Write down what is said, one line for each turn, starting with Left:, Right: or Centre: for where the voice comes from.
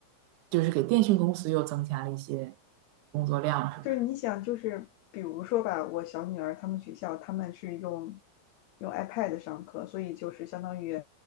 Right: 就是给电信公司又增加了一些工作量，是吧？
Left: 就是你想，就是比如说吧，我小女儿她们学校他们是用用 iPad 上课，所以就是相当于